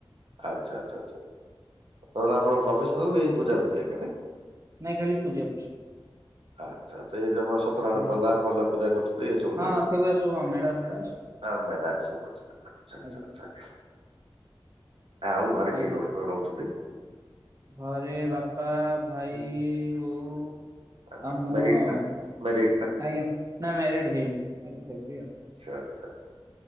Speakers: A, on the right; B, on the right.
A: ଆଚ୍ଛା ଆଛା ଆଛା ତ ଆପଣ ପ୍ରଫସନାଲ ଏହି ପ୍ରୂଜାବିଧି ରେ ଏକାଠେ।
B: ନାଇଁ ଖାଲି ପୂଜା ପୂଜି।
A: ଆଛା ଆଛା ଏଇ ସତ୍ୟନାରାୟଣ
B: ଆଜ୍ଞା
A: ପାଲା ପାଲା ପୂଜା କରୁଛନ୍ତି।
B: ହଁ ସେଗୁରା ସବୁ ହଁ ମେଳା ଫେଳା ହଁ
A: ହଁ ମେଳା ଆଜି ସବୁ ପଡିଚି ଛାଡ଼
B: ଆଜ୍ଞା
A: ଛାଡ ଛାଡ ଆଉ ଘରେ
B: ଆଜ୍ଞା।
A: କିଏ <unintelligible> ରହୁଛନ୍ତି।
B: ଘରେ
A: ହୁଁ।
B: ବାପା, ଭାଇ,
A: ହୁଁ।
B: ବୋଉ
A: ଆଚ୍ଛା
B: ଆଉ ମୁଁ
A: ମ୍ୟାରିଡ୍
B: ଆଉ।
A: ନା ମ୍ୟାରିଡ୍ ନା
B: ଆଜ୍ଞା ନା ମ୍ୟାରେଡ ହେଇନି ହେବି ଆଉ।
A: ଆଛା ଆଚ୍ଛା ଆଛା